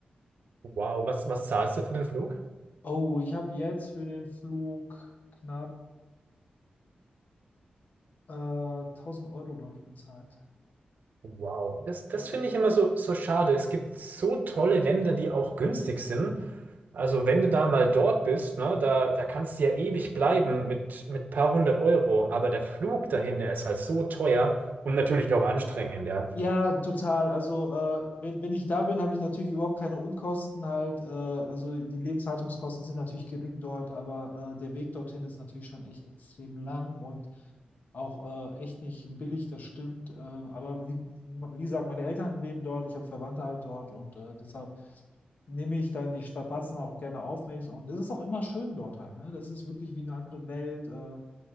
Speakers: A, on the right; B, on the left.
A: Wow, was, was
B: Ja.
A: zahlst du für den Flug?
B: Oh, ich habe jetzt für den Flug knapp äh, 1000 Euro, glaube ich, bezahlt.
A: Wow, das, das
B: Ja.
A: finde ich immer so, so schade. Es gibt so tolle Länder, die auch günstig sind. Also wenn du da mal dort bist, ne, da, da kannst du ja ewig bleiben mit, mit paar hundert Euro. Aber der Flug dahin, der ist halt so teuer und natürlich auch anstrengend, ja.
B: Ja, total. Also, äh, wenn, wenn ich da bin, habe ich natürlich überhaupt keine Unkosten halt. Äh, also, die Lebenshaltungskosten sind natürlich gering dort, aber äh, der Weg dorthin ist natürlich schon echt extrem lang und auch äh, echt nicht billig, das stimmt. Äh, aber wie, wie gesagt, meine Eltern leben dort, ich habe Verwandte halt dort und äh, deshalb nehme ich dann die Strapazen auch gerne auf mich und es ist auch immer schön dort halt. Ne? Das ist wirklich wie eine andere Welt. Äh,